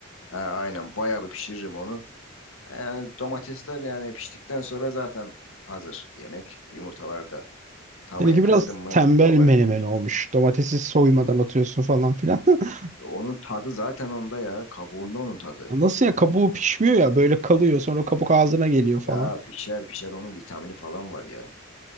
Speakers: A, on the left (about 75°); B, on the right (about 35°).
A: Ha, aynen bayağı bir pişiririm onu. Yani domatesler yani piştikten sonra zaten hazır yemek. Yumurtalar da tavaya
B: Seninki
A: kırdım
B: biraz
A: mı
B: tembel
A: olay
B: menemen
A: bitmiş.
B: olmuş. Domatesi soymadan atıyorsun falan filan. <laughs>
A: E, Onun tadı zaten onda ya. Kabuğunda onun tadı.
B: Nasıl ya kabuğu pişmiyor ya böyle kalıyor sonra kabuk ağzına geliyor
A: Ya
B: falan.
A: pişer pişer onun vitamini falan var ya.